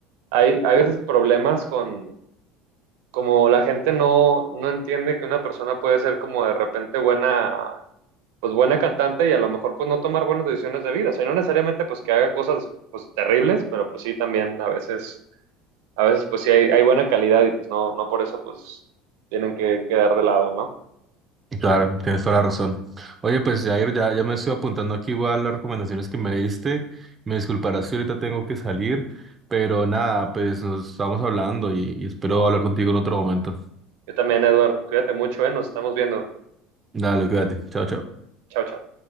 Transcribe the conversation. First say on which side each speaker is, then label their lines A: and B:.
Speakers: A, on the right (about 80°); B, on the right (about 20°).
A: hay, hay veces problemas con, como la gente no, no entiende que una persona puede ser como de repente buena pues buena cantante y a lo mejor pues no tomar buenas decisiones de vida. O sea, no necesariamente pues que haga cosas pues terribles, pero pues sí también a veces, a veces pues sí hay, hay buena calidad y pues no, no por eso pues tienen que quedar de lado, ¿no?
B: Claro, tienes toda la razón. Oye, pues Jair, ya, ya me estoy apuntando aquí igual las recomendaciones que me diste. Me disculparás si ahorita tengo que salir, pero nada, pues nos estamos hablando y y espero hablar contigo en otro momento.
A: Yo también, Eduardo, cuídate mucho, ¿eh? Nos estamos viendo.
B: Dale, cuídate. Chao, chao.
A: Chao, chao.